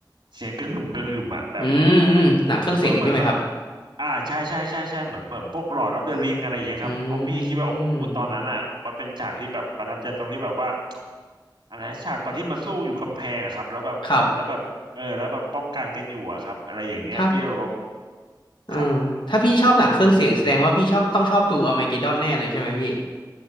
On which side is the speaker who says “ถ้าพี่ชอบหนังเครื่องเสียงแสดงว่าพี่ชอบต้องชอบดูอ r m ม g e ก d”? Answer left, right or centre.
Left